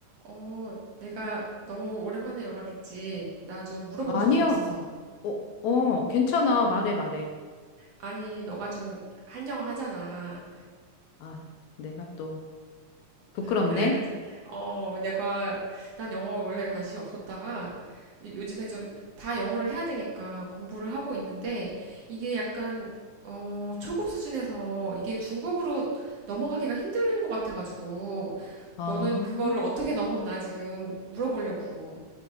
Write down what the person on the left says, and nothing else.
아니야.
어, 어, 괜찮아. 말해, 말해.
아, 내가 또 부끄럽네.
아,